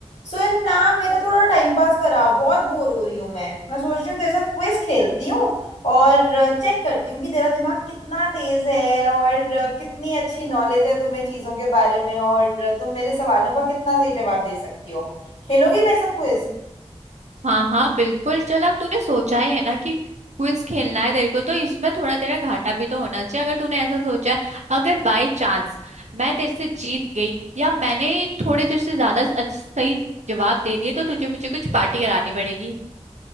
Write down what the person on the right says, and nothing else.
हाँ हाँ बिल्कुल चल अब तूने सोचा ही है ना कि क्विज खेलना है तेरे को तो इसमें थोड़ा तेरा घाटा भी तो होना चाहिए अगर तूने ऐसा सोचा है अगर बाय चांस मैं तेरे से जीत गई या मैंने थोड़े तेरे से ज्यादा अच्छे- सही जवाब दे दिए तो तुझे मुझे कुछ पार्टी करानी पड़ेगी